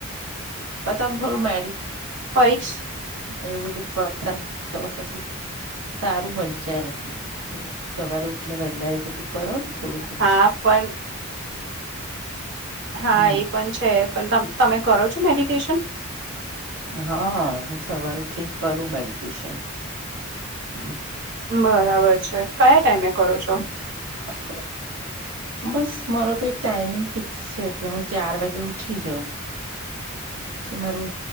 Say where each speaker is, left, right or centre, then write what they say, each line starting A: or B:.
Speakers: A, on the right; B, on the right.
A: બ તમ થોડું મેડી
B: પસ <unintelligible>
A: એવું બધું કરતા તો પછી તારું વંચાય નથી થો, સવારે ઉઠને પહેલા એ બધું કરો ને. થોડું થોડું
B: હા પણ હા
A: હમ
B: એ પણ છે પણ તમે કરો છો મેડિટેશન?
A: હા હું સવાર ઉઠીક કરું મેડિટેશન હ.
B: બરાબર છે કયા ટાઈમે કરો છો?
A: <inaudible> બસ મારો તો એક ટાઈમિંગ ફિક્સ છે કે હું ચાર વાગે ઉઠી જાઉં. પછી મારું